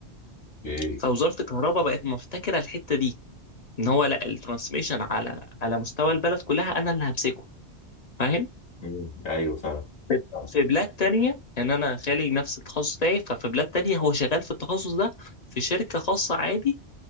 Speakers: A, on the left; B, on the left.
A: اوكي
B: فوزاره الكهرباء بقت محتكره الحته دي ان هو لا الترانسميشن على على مستوى البلد كلها انا اللي همسكه فاهم
A: مم. ايوه فاهم
B: في
A: فاهم.
B: في بلاد تانية يعني انا خالي نفس التخصص بتاعي ففي بلاد تانية هو شغال في التخصص ده في شركة خاصة عادي